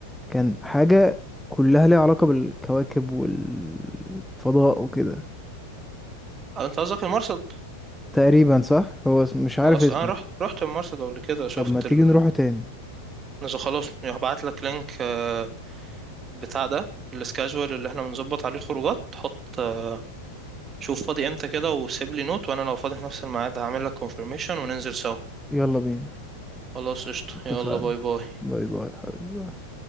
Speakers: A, in the centre; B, on the right.
A: كان حاجة كلها ليها علاقة بالكواكب والفضاء وكده
B: آه، انت قصدك المرصد
A: تقريبا صح هو اسم- مش عارف
B: انا اصلا
A: اسمه
B: انا رحت رحت المرصد قبل كده شفت
A: طب ما تيجي
B: ال...
A: نروحه تاني
B: نزل خلاص هبعت لك لينك آه، بتاع ده السكاجوال اللي احنا بنظبط عليه الخروجات حط آه، شوف فاضي امتى كده وسيب لي نوت وانا لو فاضي في نفس الميعاد هعمل لك كونفirmation وننزل سوا
A: يلا بينا
B: خلاص قشطة
A: اتفقنا
B: يلا باي باي
A: باي باي حبيبي